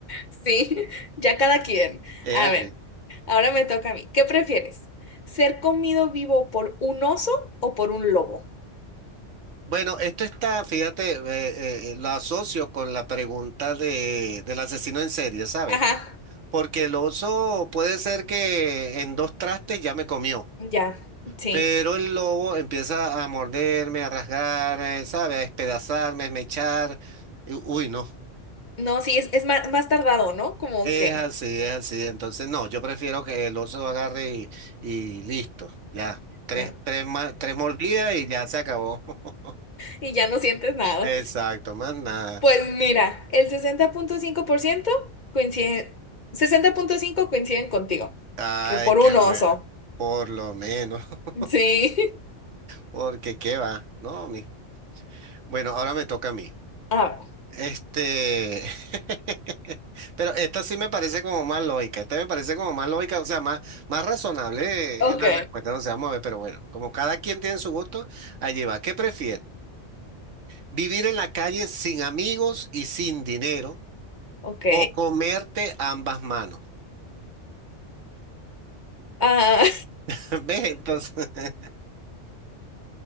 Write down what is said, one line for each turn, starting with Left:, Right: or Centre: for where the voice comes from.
Left: Sí, ya cada quien.
Right: Es
Left: A ver.
Right: así.
Left: Ahora me toca a mí. ¿Qué prefieres? ¿Ser comido vivo por un oso o por un lobo?
Right: Bueno, esto está, fíjate, eh, eh, lo asocio con la pregunta de, del asesino en serie, ¿sabes?
Left: Ajá,
Right: Porque el oso puede ser que en dos trastes ya me comió,
Left: ya, sí.
Right: pero el lobo empieza a morderme, a rasgar, eh, ¿sabes? A despedazarme, a esmechar. y- Uy, no.
Left: No, sí, es, es ma- más, tardado, ¿no? Como
Right: Es
Left: que...
Right: así, es así. Entonces, no, yo prefiero que el oso agarre y, y listo, ya. Tres,
Left: ah,
Right: tres, ma- tres mordidas y ya se acabó. <laughs>
Left: y ya no sientes nada.
Right: Exacto, más nada.
Left: Pues mira, el sesenta punto cinco por ciento coincide... Sesenta punto cinco coinciden contigo,
Right: Ay,
Left: que por
Right: qué
Left: un
Right: bueno.
Left: oso.
Right: Por lo menos, <laughs>
Left: Sí.
Right: porque qué va, ¿no? mi- Bueno, ahora me toca a mí.
Left: <laughs> A ver,
Right: Este, <laughs> pero esta sí me parece como más lógica, esta me parece como más lógica, o sea, más, más razonable
Left: ok,
Right: en la respuesta, no sé, vamos a ver, pero bueno, como cada quien tiene su gusto, allí va. ¿Qué prefieres? ¿Vivir en la calle sin amigos y sin dinero
Left: ok.
Right: o comerte ambas manos?
Left: Ah,
Right: <laughs> ¿Ves? Entonces, <laughs>